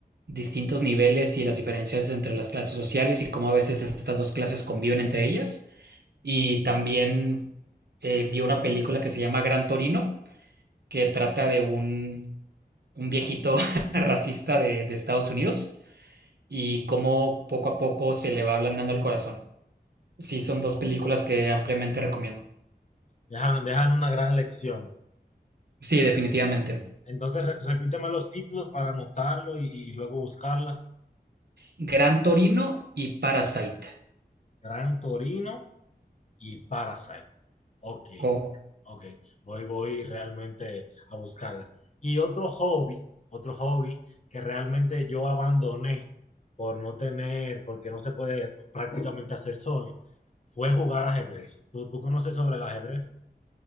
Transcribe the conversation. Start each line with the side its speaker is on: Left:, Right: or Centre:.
Right: distintos niveles y las diferencias entre las clases sociales y cómo a veces estas dos clases conviven entre ellas. Y también eh, vi una película que se llama Gran Torino, que trata de un, un viejito <laughs> racista de, de Estados Unidos y cómo poco a poco se le va ablandando el corazón. Sí, son
Left: Oh.
Right: dos películas que ampliamente recomiendo.
Left: Dejan, dejan una gran lección.
Right: Sí, definitivamente.
Left: Entonces, re- repíteme los títulos para anotarlo y, y luego buscarlas.
Right: Gran Torino y Parasite.
Left: Gran Torino y Parasite. Ok,
Right: Oh.
Left: ok. Voy, voy realmente a buscarlas. Y otro hobby, otro hobby que realmente yo abandoné por no tener, porque no se puede prácticamente hacer solo, fue jugar ajedrez. ¿Tú, tú conoces sobre el ajedrez?